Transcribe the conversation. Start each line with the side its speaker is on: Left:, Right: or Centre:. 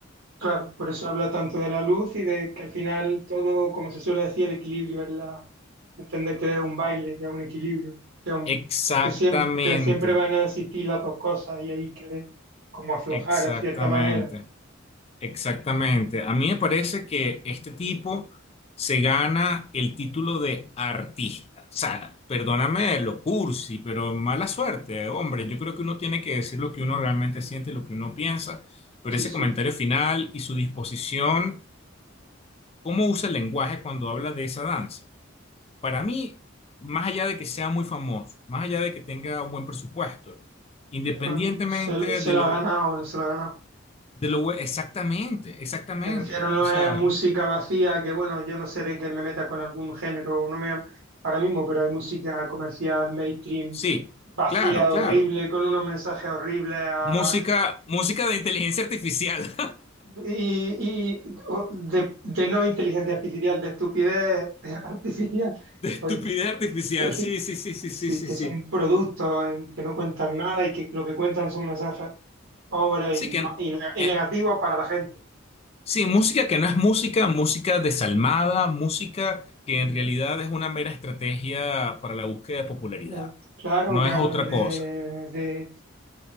Right: Claro, por eso habla tanto de la luz y de que al final todo, como se suele decir, el equilibrio es la, entender que es un baile, que es un equilibrio, que, es un-
Left: Exactamente.
Right: que, siempre, que siempre van a existir las dos cosas y hay que como aflojar
Left: Exactamente,
Right: a cierta manera.
Left: exactamente. A mí me parece que este tipo se gana el título de artista. O sea, perdóname lo cursi, pero mala suerte, eh, hombre. Yo creo que uno tiene que decir lo que uno realmente siente, lo que uno piensa, pero
Right: Sí,
Left: ese
Right: sí.
Left: comentario final y su disposición, cómo usa el lenguaje cuando habla de esa danza. Para mí, más allá de que sea muy famoso, más allá de que tenga un buen presupuesto, independientemente
Right: Bueno, pues, se, se
Left: de
Right: lo
Left: lo
Right: ha ganado, no se lo ha ganado.
Left: De lo bue- exactamente, exactamente.
Right: Me refiero, no
Left: O sea,
Right: es música vacía, que bueno, yo no seré que me meta con algún género, no me voy a- ahora mismo, pero hay música comercial, mainstream,
Left: sí,
Right: vacía,
Left: claro, claro.
Right: horrible, con unos mensajes horribles a
Left: Música, música de inteligencia artificial,
Right: Y, y o- de, de no inteligencia artificial, de estupidez <laughs> artificial.
Left: <laughs> de estupidez
Right: Oye,
Left: artificial.
Right: <laughs> sí,
Left: Sí, sí, sí, sí, sí,
Right: sí,
Left: sí,
Right: que
Left: sí.
Right: son productos en- que no cuentan nada y que lo que cuentan son mensajes pobres
Left: Sí,
Right: y,
Left: que,
Right: ma- y, ne- y
Left: eh,
Right: negativos para la gente.
Left: sí, música que no es música, música desalmada, música que
Right: Mm,
Left: en realidad es una mera estrategia para la búsqueda de popularidad.
Right: eh, Claro
Left: No
Right: que
Left: es
Right: hablan
Left: otra
Right: de,
Left: cosa.
Right: de,